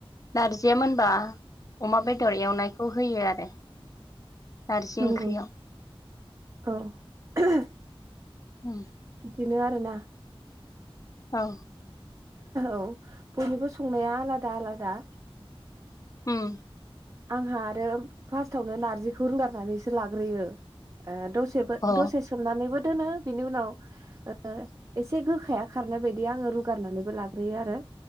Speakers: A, on the left; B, on the right.
A: नारजि या मोनबा अमा बेदर एवनाय खौ होयो आरो नारजि
B: नंगौ
A: ओंख्रियाव
B: औ <unintelligible>
A: उम
B: बिनो आरो ना
A: औ
B: औ बयनिबो संनाया आलादा आलादा
A: उम
B: आंहा आरो फार्स्टावनो नारजिखौ रुगारनानैसो लाग्रोयो ओम दसे दसेबो
A: अ
B: दसे सोमनानैबो दोनो बिनि उनाव ओ एसे गोखाया खारनाय बायदि आङो रुगारनानैबो लाग्रोयो आरो।